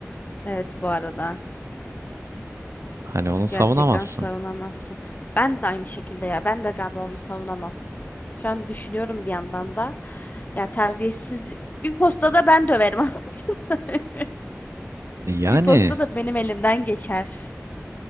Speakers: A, on the left (about 35°); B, on the right (about 65°).
A: Evet bu arada
B: Hani onu savunamazsın.
A: gerçekten savunamazsın. Ben de aynı şekilde ya ben de galiba onu savunamam. Şu an düşünüyorum bir yandan da. Ya terbiyesizlik bir postada ben döverim. <laughs> anladın mı?
B: E Yani
A: Bir posta da benim elimden geçer.